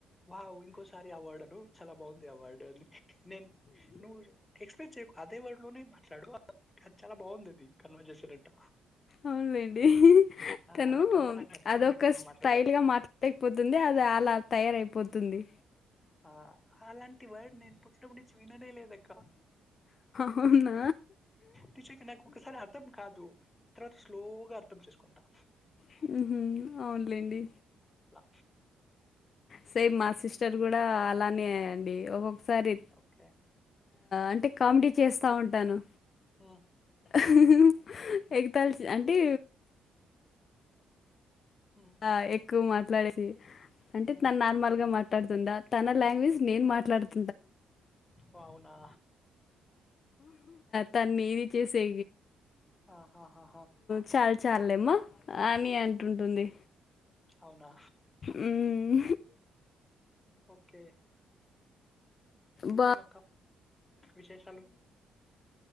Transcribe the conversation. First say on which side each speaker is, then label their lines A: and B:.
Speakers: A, on the left; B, on the left.
A: వా ఇంకోసారి అవార్డు అను చాలా బాగుంది అవార్డు అని నేన్ నువ్వు ఎక్స్ ప్లెయిన్ చేయ్యకు అదే వర్డ్ లోనే మాట్లాడు అది చాలా బాగుంది అది కన్వర్ చేసేటట్ట
B: అవునులేండి తను
A: అలా కన్నడ నాకు నచ్చింది
B: అదొక
A: తను
B: స్టైల్
A: మాట్లాడేది.
B: గా మాట్లాడకపోతుంది అది అలా తయారయిపోతుంది
A: ఆ అలాంటి వర్డ్ నేను పుట్నప్పు నుంచి విననే లేదక్క
B: అవున్నా
A: నిజాం గ నాకు ఒకసారి అర్థం కాదు తర్వాత స్లోగా అర్థం చేసుకుంటా
B: హు హు అవునులేండి
A: లా
B: సే మా సిస్టర్ కూడా అలానే అండి ఓక్కో ఒకసారి
A: ఓకే.
B: అంటే కామెడీ చేస్తా ఉంటాను
A: హ్మ్మ్
B: హు హు ఎగతల్ అంటే
A: హ్
B: ఆ ఎక్కువ మాట్లాడేది అంటే
A: హ్మ్.
B: తను నార్మల్గా మాట్లాడుతుందా తన లాంగ్వేజ్ నేన్ మాట్లాడుత
A: ఓ అవునా
B: తన్ని ఇది చేసే
A: ఆహాహా
B: చాల్ చాలేమ్మ అని అంటుంటుంది
A: హ్మ్. అవునా
B: మ్మ్
A: ఓకే ఇంకేమక్క
B: బా
A: విశేషాలు?